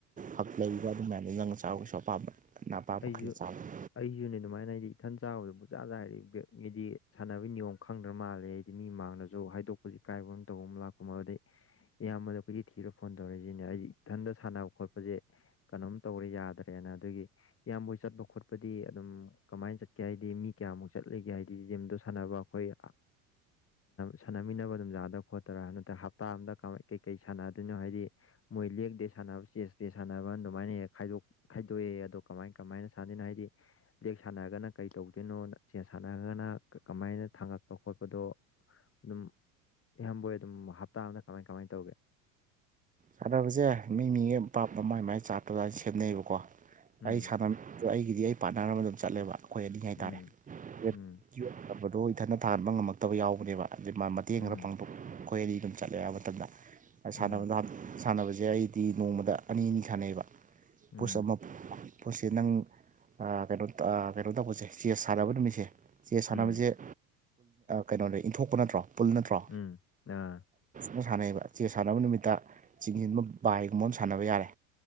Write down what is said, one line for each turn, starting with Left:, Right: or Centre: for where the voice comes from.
Right: ꯍꯛ ꯂꯩꯔꯤꯕ ꯑꯗꯨꯃꯥꯏꯅꯗꯨ ꯅꯪ ꯆꯥꯕꯒꯤꯁꯨ ꯑꯄꯥꯝꯕ ꯅꯪꯅ ꯑꯄꯥꯝꯕ
Left: ꯑꯩꯁꯨ
Right: ꯈꯜꯂ ꯆꯥꯕ ꯌꯥꯏ꯫
Left: ꯑꯩꯁꯨꯅꯦ ꯑꯗꯨꯃꯥꯏꯅ ꯍꯥꯏꯗꯤ ꯏꯊꯟ ꯆꯥꯕ <unintelligible> ꯁꯥꯟꯅꯕꯒꯤ ꯅꯤꯌꯣꯝ ꯈꯪꯗ꯭ꯔ ꯃꯥꯜꯂꯦ ꯍꯥꯏꯗꯤ ꯃꯤ ꯃꯥꯡꯗꯁꯨ ꯍꯥꯏꯗꯣꯛ ꯍꯧꯖꯤꯛ ꯀꯥꯏꯕ ꯑꯃ ꯇꯧꯕ ꯑꯃ ꯂꯥꯛꯄ ꯃꯗꯩ ꯏꯌꯥꯝꯕꯗ ꯑꯩꯈꯣꯏꯗꯤ ꯊꯤꯔꯣ ꯐꯣꯟ ꯇꯧꯔꯛꯏꯁꯤꯅꯦ ꯑꯩꯗꯤ ꯏꯊꯟꯇ ꯁꯥꯟꯅꯕ ꯈꯣꯠꯄꯁꯦ ꯀꯩꯅꯣꯝ ꯇꯧꯔꯦ ꯌꯥꯗ꯭ꯔꯦꯅ ꯑꯗꯨꯒꯤ ꯏꯌꯥꯝꯕꯣꯏ ꯆꯠꯄ ꯈꯣꯠꯄꯗꯤ ꯑꯗꯨꯝ ꯀꯃꯥꯏꯅ ꯆꯠꯀꯦ ꯍꯥꯏꯗꯤ ꯃꯤ ꯀꯌꯥꯃꯨꯛ ꯆꯠꯂꯤꯒꯦ ꯍꯥꯏꯗꯤ ꯖꯤꯝꯗꯣ ꯁꯥꯟꯅꯕ ꯑꯩꯈꯣꯏ <unintelligible> ꯁꯥꯟꯅꯃꯤꯟꯅ ꯑꯗꯨꯝ ꯌꯥꯗ꯭ꯔ ꯈꯣꯠꯇꯔ ꯅꯠꯇ꯭ꯔꯦ ꯍꯞꯇꯥ ꯑꯝꯗ ꯀꯃ ꯀꯩꯀꯩ ꯁꯥꯟꯅꯗꯣꯏꯅꯣ ꯍꯥꯏꯗꯤ ꯃꯣꯏ ꯂꯦꯛꯇꯦ ꯁꯥꯟꯅꯕ ꯆꯦꯁꯇꯦ ꯁꯥꯟꯅꯕ ꯑꯗꯨꯃꯥꯏꯅ ꯍꯦꯛ ꯈꯥꯏꯗꯣꯛꯑꯦ ꯑꯗꯣ ꯀꯃꯥꯏ ꯀꯃꯥꯏꯅ ꯁꯥꯖꯤꯅ ꯍꯥꯏꯗꯤ ꯁꯥꯟꯅꯔꯒꯅ ꯀꯩ ꯇꯧꯗꯣꯏꯅꯣ ꯆꯦꯟ ꯁꯥꯟꯅꯔꯒꯅ ꯀꯃꯥꯏꯅ ꯊꯥꯡꯉꯛꯄ ꯈꯣꯠꯄꯗꯣ ꯑꯗꯨꯝ ꯏꯍꯕꯣꯏ ꯑꯗꯨꯝ ꯍꯞꯇꯥ ꯑꯃꯗ ꯀꯃꯥꯏ ꯀꯃꯥꯏꯅ ꯇꯧꯒꯦ
Right: ꯁꯥꯟꯅꯕꯁꯦ ꯃꯤ ꯃꯤꯒ ꯄꯞ ꯃꯃꯥꯏ ꯃꯃꯥꯏ ꯆꯥꯄ ꯑꯗꯨꯅ ꯁꯦꯝꯅꯩꯑꯕꯀꯣ
Left: ꯎꯝ
Right: ꯑꯩ ꯁꯥꯟꯅ ꯑꯗꯣ ꯑꯩꯒꯤꯗꯤ ꯑꯩ ꯄꯥꯠꯅꯔ ꯑꯃ ꯑꯗꯨꯝ ꯆꯠꯂꯦꯕ ꯑꯩꯈꯣꯏ ꯑꯅꯤ ꯍꯥꯏꯇꯥꯔꯦꯕꯗꯣ
Left: ꯎꯝ ꯎꯝ
Right: ꯏꯊꯅ ꯊꯥꯍꯟꯕ ꯉꯝꯃꯛꯇꯕ ꯌꯥꯎꯕꯅꯦꯕ ꯑꯗꯨ ꯃꯥ ꯃꯇꯦꯡ
Left: ꯎꯝ
Right: ꯈꯔ ꯄꯥꯡꯊꯣꯛ ꯑꯩꯈꯣꯏ ꯑꯅꯤ ꯑꯗꯨꯝ ꯆꯠꯂꯦ ꯍꯥꯏꯕ ꯃꯇꯝꯗ
Left: ꯎꯝ
Right: ꯁꯥꯟꯅꯕꯗ ꯁꯥꯟꯅꯕꯁꯦ ꯑꯩꯗꯤ ꯅꯣꯡꯃꯗ ꯑꯅꯤ ꯑꯅꯤ ꯁꯥꯟꯅꯩꯑꯕ
Left: ꯎꯝ
Right: ꯄꯨꯁ ꯑꯃ ꯄꯣꯠꯁꯦ ꯅꯪ ꯀꯩꯅꯣ ꯀꯩꯅꯣ ꯇꯧꯕꯁꯦ ꯆꯦꯁ ꯁꯥꯟꯅꯕ ꯅꯨꯃꯤꯠꯁꯦ ꯆꯦ ꯁꯥꯟꯅꯕꯁꯦꯜ
Left: ꯎꯝ
Right: ꯀꯩꯅꯣꯅꯦ ꯏꯟꯊꯣꯛꯄ ꯅꯠꯇ꯭ꯔꯣ ꯄꯨꯜ ꯅꯠꯇ꯭ꯔꯣ
Left: ꯎꯝ ꯑꯥ
Right: ꯅ ꯁꯥꯟꯅꯩꯑꯕ ꯆꯦ ꯁꯥꯟꯅꯕ ꯅꯨꯃꯤꯠꯇ ꯆꯤꯡꯁꯤꯟꯕ ꯕꯥꯏꯒꯨꯝꯕ ꯑꯃ ꯁꯥꯟꯅꯕ ꯌꯥꯔꯦ